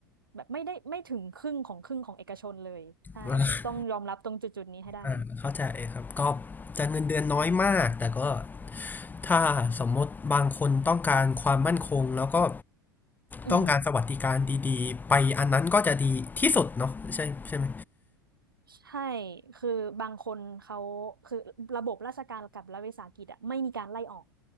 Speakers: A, on the right; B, on the left.
A: แบบไม่ได้ไม่ถึงครึ่งของครึ่งของเอกชนเลยใช่ต้องยอมรับตรงจุดๆนี้ให้ได้
B: อ่าอ่าเข้าใจครับก็จะเงินเดือนน้อยมากแต่ก็ถ้าสมมติบางคนต้องการความมั่นคงแล้วก็
A: อืม
B: ต้องการสวัสดิการดีๆไปอันนั้นก็จะดีที่สุดเนาะใช่ใช่ไหม
A: ใช่คือบางคนเขาคือระบบราชการกับรัฐวิสาหกิจอะไม่มีการไล่ออก